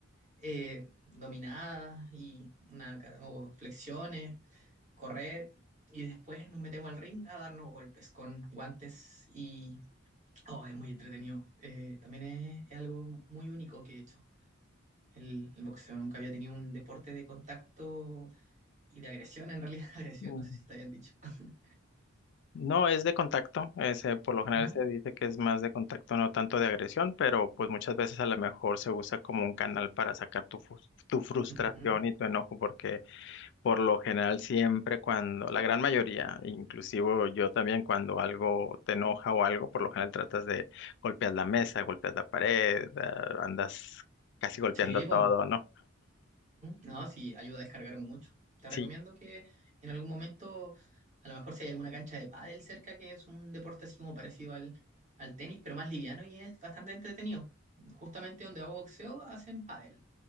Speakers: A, on the right; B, on the left.
A: eh, dominadas y una, ca- o flexiones, correr. Y después nos metemos al ring a darnos golpes con guantes y... Oh, es muy entretenido. Eh, también es, es algo muy único que he hecho el, el boxeo. Nunca había tenido un deporte de contacto y de agresión, en realidad, <laughs> agresión,
B: Mm.
A: no sé si está bien dicho. <laughs>
B: No es de contacto, es, eh, por lo general
A: Ajá.
B: se dice que es más de contacto, no tanto de agresión, pero pues muchas veces a lo mejor se usa como un canal para sacar tu, fus- tu frustración
A: Ujú.
B: y tu enojo, porque por lo general siempre cuando, la gran mayoría, inclusive yo también cuando algo te enoja o algo, por lo general tratas de golpear la mesa, golpear la pared, eh, andas casi golpeando
A: Sí,
B: todo,
A: pues.
B: ¿no?
A: No, sí, ayuda a descargar mucho. Te
B: Sí,
A: recomiendo que en algún momento, a lo mejor si hay alguna cancha de pádel cerca, que es un deporte así como parecido al, al tenis, pero más liviano y es bastante entretenido. Justamente donde hago boxeo hacen pádel